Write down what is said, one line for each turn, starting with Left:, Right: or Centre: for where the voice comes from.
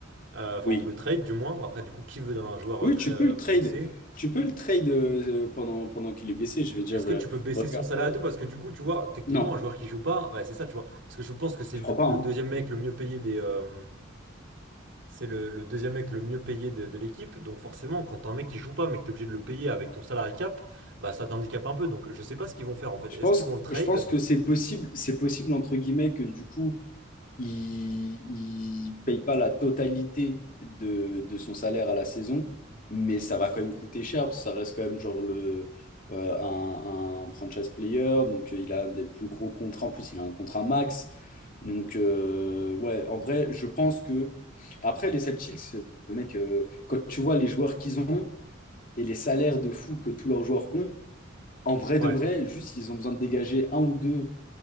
Right: Euh, enfin
Left: Oui.
Right: ou le trade du moins. Après, du coup, qui veut d'un joueur
Left: Oui,
Right: euh, très
Left: tu
Right: euh,
Left: peux le
Right: blessé?
Left: trade. Tu peux le trade euh, pendant, pendant qu'il est blessé. Je veux dire,
Right: Est-ce que
Left: euh,
Right: tu peux baisser
Left: regarde.
Right: son salaire
Left: euh,
Right: à tout? Parce que du coup, tu vois, techniquement,
Left: Non,
Right: un joueur qui joue pas, bah, c'est ça, tu vois. Parce que je pense que c'est
Left: je
Right: du
Left: crois
Right: coup
Left: pas. hein.
Right: le deuxième mec le mieux payé des. euh, c'est le, le deuxième mec le mieux payé de, de l'équipe. Donc forcément, quand t'as un mec qui joue pas, mais que t'es obligé de le payer avec ton salary cap, bah ça t'handicape un peu. Donc je sais pas ce qu'ils vont faire en fait.
Left: Je
Right: Est-ce
Left: pense,
Right: qu'ils vont le trade?
Left: je pense que c'est possible, c'est possible, entre guillemets, que du coup il ne paye pas la totalité de, de son salaire à la saison, mais ça va quand même coûter cher, parce que ça reste quand même genre le, euh, un, un franchise player, donc euh, il a des plus gros contrats, en plus il a un contrat max. Donc euh, ouais, en vrai, je pense que... Après, les Celtics, euh, mec, euh, quand tu vois les joueurs qu'ils ont et les salaires de fou que tous leurs joueurs ont, en vrai
Right: Ouais.
Left: de vrai, juste ils ont besoin de dégager un ou deux